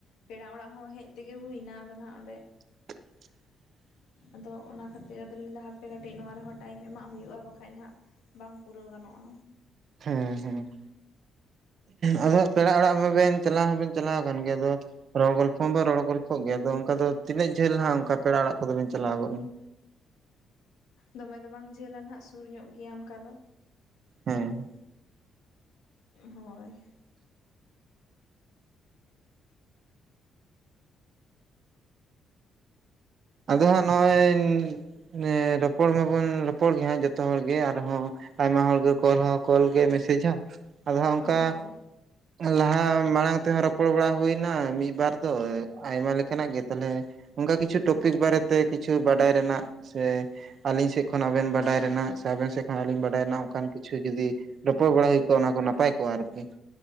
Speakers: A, on the left (about 85°); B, on the right (about 60°).
A: ᱯᱮᱲᱟ ᱚᱲᱟᱜ ᱦᱚᱸ ᱦᱮᱡ ᱛᱮᱜᱮ ᱦᱩᱭᱱᱟ ᱟᱫᱚ ᱦᱟᱸᱜ ᱚᱸᱰᱮ
B: <inaudible>
A: ᱟᱫᱚ ᱚᱱᱟ ᱠᱷᱟᱹᱛᱤᱨ ᱟᱫᱚᱧ ᱞᱟᱹᱭᱫᱟ ᱦᱟᱯᱮ ᱠᱟᱹᱴᱤᱡ ᱱᱚᱣᱟ ᱨᱮᱦᱚᱸ ᱴᱟᱭᱤᱢ ᱮᱢᱟᱜ ᱦᱩᱭᱩᱜᱼᱟ, ᱵᱟᱠᱷᱟᱡ ᱦᱟᱸᱜ ᱵᱟᱝ ᱯᱩᱨᱟᱹᱣ ᱜᱟᱱᱚᱜᱼᱟ᱾
B: ᱦᱮᱸ ᱦᱮᱸ᱾ ᱟᱫᱚ ᱯᱮᱲᱟ ᱚᱲᱟᱜ ᱢᱟᱵᱮᱱ ᱪᱟᱞᱟᱣ ᱦᱚᱸᱵᱮᱱ ᱪᱟᱞᱟᱣ ᱟᱠᱟᱱ ᱜᱮᱭᱟ᱾ ᱟᱫᱚ ᱨᱚᱲ ᱜᱚᱞᱯᱷᱚ ᱢᱟ ᱨᱚᱲ ᱜᱚᱞᱯᱷᱚ ᱜᱮᱭᱟ᱾ ᱟᱫᱚ ᱚᱱᱠᱟ ᱫᱚ ᱛᱤᱱᱟᱹᱜ ᱡᱟᱹᱞ ᱦᱟᱸᱜ ᱚᱱᱠᱟ ᱯᱮᱲᱟ ᱚᱲᱟᱜ ᱠᱚᱫᱚ ᱵᱤᱱ ᱪᱟᱞᱟᱣ ᱜᱚᱫ ᱞᱮᱱᱟ?
A: ᱫᱚᱢᱮ ᱫᱚ ᱵᱟᱝ ᱡᱷᱟᱹᱞᱟ ᱦᱟᱸᱜ ᱥᱩᱨ ᱧᱚᱜ ᱜᱮᱭᱟ ᱚᱱᱠᱟ ᱫᱚ᱾
B: ᱦᱮᱸ᱾
A: ᱮᱸ ᱦᱳᱭ᱾
B: ᱟᱫᱚ ᱦᱟᱸᱜ ᱱᱚᱜᱼᱚᱭ ᱮᱸ ᱨᱚᱯᱚᱲ ᱢᱟᱵᱚᱱ ᱨᱚᱯᱚᱲ ᱜᱮ ᱦᱟᱸᱜ ᱡᱚᱛᱚ ᱦᱚᱲ ᱜᱮ ᱟᱨᱦᱚᱸ ᱟᱭᱢᱟ ᱦᱚᱲᱜᱮ ᱠᱚᱞ ᱦᱚᱸ ᱠᱚᱞ ᱜᱮ ᱢᱮᱥᱮᱡᱽ ᱦᱚᱸ ᱟᱫᱚ ᱦᱟᱜ ᱚᱱᱠᱟ
A: ᱦᱳᱭ
B: ᱞᱟᱦᱟ ᱢᱟᱲᱟᱝ ᱛᱮᱦᱚᱸ ᱨᱚᱯᱚᱲ ᱵᱟᱲᱟ ᱦᱩᱭ ᱮᱱᱟ ᱢᱤᱫᱵᱟᱨ ᱫᱚ ᱟᱭᱢᱟ ᱞᱮᱠᱟᱱᱟᱜ ᱜᱮ ᱛᱟᱦᱞᱮ ᱚᱱᱠᱟ ᱠᱤᱪᱷᱩ ᱴᱚᱯᱤᱠ ᱵᱟᱨᱮᱛᱮ ᱠᱤᱪᱷᱩ ᱵᱟᱰᱟᱭ ᱨᱮᱱᱟᱜ ᱥᱮ ᱟᱹᱞᱤᱧ ᱥᱮᱫ ᱠᱷᱚᱱ ᱟᱵᱮᱱ ᱵᱟᱰᱟᱭ ᱨᱮᱱᱟᱜ ᱥᱮ ᱟᱵᱮᱱ ᱥᱮᱫ ᱠᱷᱚᱱ ᱟᱹᱞᱤᱧ ᱵᱟᱰᱟᱭ ᱨᱮᱱᱟᱜ ᱚᱱᱠᱟᱱ ᱠᱤᱪᱷᱩ ᱡᱩᱫᱤ ᱨᱚᱯᱚᱲ ᱵᱟᱲᱟ ᱦᱩᱭ ᱠᱚᱜᱼᱟ ᱚᱱᱟ ᱠᱚ ᱱᱟᱯᱟᱭ ᱠᱚᱜᱼᱟ ᱟᱨᱠᱤ ᱾